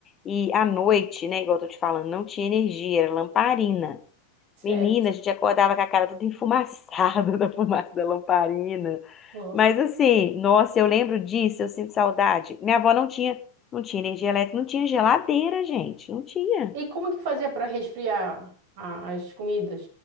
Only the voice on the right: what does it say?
Certo.
Nossa.
E como que fazia para resfriar a- as comidas?